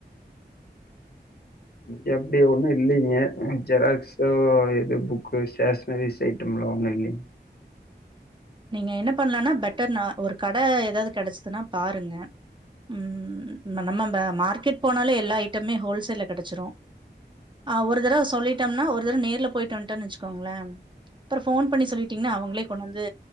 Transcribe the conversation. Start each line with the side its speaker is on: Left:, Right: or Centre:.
Left: இங்க அப்டி ஒண்ணு இல்லைங்க ஜெராக்ஸு இது புக்கு ஸ்டேஷனரி ஐட்டம்லா ஒண்ணு இல்லிங்
Right: நீங்க என்ன பண்ணலனா பெட்டர் நா ஒரு கடை ஏதாவது கிடைச்சதுன்னா பாருங்க ம் நம்ம மார்க்கெட் போனாலே எல்லா ஐட்டமே ஹோல்சேல்ல கெடச்சிரு ஆ ஒரு தடவை சொல்லிட் ட்டம்னா ஒரு தட நேர்ல போய்ட்டு வந்துட்டோன்னு வச்சுக்கோங்களே அப்றோ போன் பண்ணி சொல்லிட்டீங்கன்னா அவங்களே கொண்டு வந்து